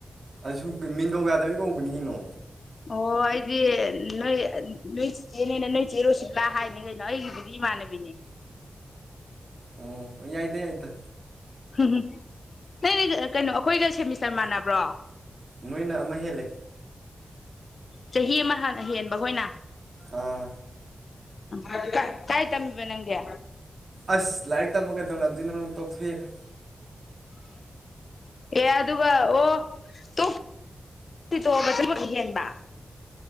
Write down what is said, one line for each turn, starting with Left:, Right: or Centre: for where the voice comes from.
Right: ꯑꯩ ꯁꯨꯝ ꯃꯤꯡꯒꯧ ꯌꯥꯗꯕꯩ ꯀꯧꯕꯅꯤꯒꯤꯅꯣ
Left: ꯑꯣ ꯑꯩꯗꯤ ꯅꯣꯏ ꯅꯣꯏ ꯆꯤꯆꯦꯅꯦꯅꯦ ꯅꯣꯏ ꯆꯦꯔꯨꯁꯤꯠꯂꯥ ꯍꯥꯏꯅꯤ ꯀꯩꯅꯣ ꯑꯩꯒꯤꯗꯨꯗꯤ ꯏꯃꯥꯟꯅꯕꯤꯅꯦ
Right: ꯑꯣꯝ ꯌꯥꯏꯗ ꯌꯥꯏꯗ
Left: ꯎꯝ ꯅ ꯅ ꯀꯩꯅꯣ ꯑꯩꯈꯣꯏꯒ ꯁꯦꯃꯤꯁꯇꯔ ꯃꯥꯟꯅꯕ꯭ꯔꯣ
Right: ꯅꯣꯏꯅ ꯑꯃ ꯍꯦꯜꯂ
Left: ꯆꯍꯤ ꯑꯃ ꯍꯦꯟꯕꯈꯣꯏꯅ
Right: ꯑꯥ
Left: ꯑ ꯀꯥꯏ ꯇꯝꯕꯦ ꯅꯪꯦ
Right: ꯑꯁ ꯂꯥꯏꯔꯤꯛ ꯇꯝꯃꯒꯩꯗꯧꯅ ꯑꯗꯨꯣꯏꯅꯣ ꯅ ꯇꯧ ꯐꯦꯔ
Left: ꯑꯦ ꯑꯗꯨꯒ ꯑꯣ ꯇꯨꯡ ꯣꯛꯑꯒ ꯊꯕ ꯍꯦꯟꯕ